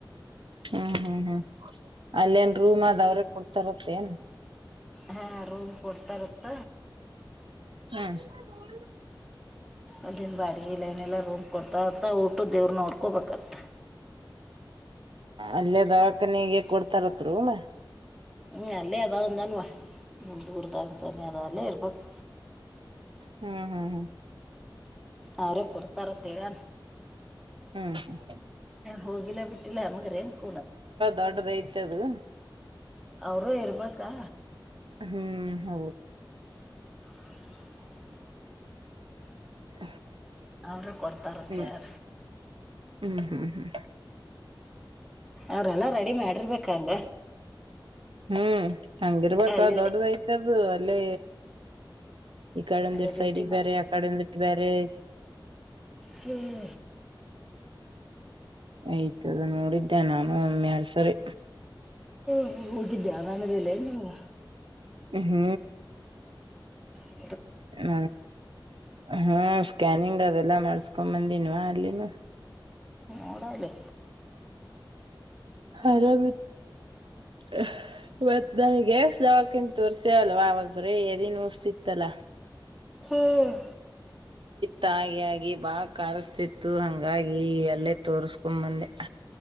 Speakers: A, on the right; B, in the centre.
A: ಹ್ಮ್ ಹ್ಮ್ ಹ್ಮ್ ಅಲ್ಲೇನ್ ರೂಮ್ ಆದ ಅವ್ರೆ ಕೊಡ್ತಾರತ್ತೇ ಏನು
B: ಹಾ ರೂಮ್ ಕೊಡ್ತಾರತ್ತ
A: ಹ್ಮ
B: ಅದನ್ ಬಾಡಿಗೆ ಲೈನೆಲ್ಲಾ ರೂಮ್ ಕೊಡ್ತರಂತ್ ಊಟುದ್ ಇವ್ರ ನೋಡ್ಕೋಬೇಕತ್ತ
A: ಅಲ್ಲೇ ದವಾಖಾನೆಗೆ ಕೊಡ್ತಾರತ್ರ ರೂಮ
B: ಹ್ಮ್ ಅಲ್ಲೇ ಅಂದಾನವಾ್ಮ ದೂರದಂಗ ಸಾನ ಅ ಅಲ್ಲೇ ಇರ್ಬಕ್
A: ಹ್ಮ್ ಹ್ಮ್ ಹ್ಮ
B: ಅವ್ರೇ ಕೊಡ್ತಾರತ್ತೇರ
A: ಹ್ಮ್ ಹ
B: ಹೋಗಿಲ್ಲ ಬಿಟ್ಟು ಇಲ್ಲಮಗ್ರೇನ್ ಕೂನ
A: ದೊಡ್ಡದೈತಿ ಅದು
B: ಅವರುೂ ಇರ್ಬೇಕಾ
A: ಹ್ಮ್ ಹೌದು
B: <inaudible>
A: <unintelligible>
B: ಅವ್ರ ಕೊಡ್ತಾರತಾರ
A: ಹ್ಮ್ ಹ್ಮ್ ಹ್ಮ್ ಹ್ಮ್
B: ಅವ್ರೆಲ್ಲ ರೆಡಿ ಮಾಡಿರ್ಬೇಕಂಗ
A: ಹ್ಮ್ ಹಂಗಿರ್ಬೇಕ
B: ಅಲ್ಲೇ
A: ದೊಡ್ಡದಐತದು ಅಲ್ಲೇ ಈ ಕಡಂದಿಟ್ಟ
B: ಅದೇ
A: ಸೈಡ್ಿಗೆ
B: ಡ್ಯೂಟಿ
A: ಬೇರೆ ಆ ಕಡಂದುಿಟ್ಟು ಬೇರೆ
B: ಹ್ಮ್
A: ಆಯ್ತದು ನೋಡಿದ್ದೆ ನಾನು ಒಮ್ಮ್ಯಾರ್ ಸರಿ
B: ಹ ಹೋಗಿದ್ದ ಅರಾಮ್ ಇಲ್ಲೆನಾ ನಿಮ್ಗೆ
A: ಹ್ಮ್
B: ಹ್ಮ
A: ಹ್ಮ ಹ್ಮ ಸ್ಕ್ಯನಿಂಗ್ ಅದ ಎಲ್ಲ ಮಾಡಸ್ಕೊಂಡ್ ಬಂದಿನ್ವಾ ಅಲ್ಲಿನು
B: ಹ ಓಡಲ್ಲೇ
A: ಹರಾಮ <unintelligible> ನನಗೆಸಾವಕಿಂತ ತೋರ್ಸ್ಯವಲ್ವ ಅವಾಗ ಬ್ರೀ ಎದನ್ ಉಸ್ತಿತ್ತಲ್ಲ
B: ಹ್ಮ್
A: ತಾಗಿ ಆಾಗಿಿ ಬಾ ಕಾಣಿಸ್ತಿತ್ತು ಹಂಗಾಗಿ ಅಲ್ಲೇ ತೋಸ್ಕೊ್ಂಬಂದೆ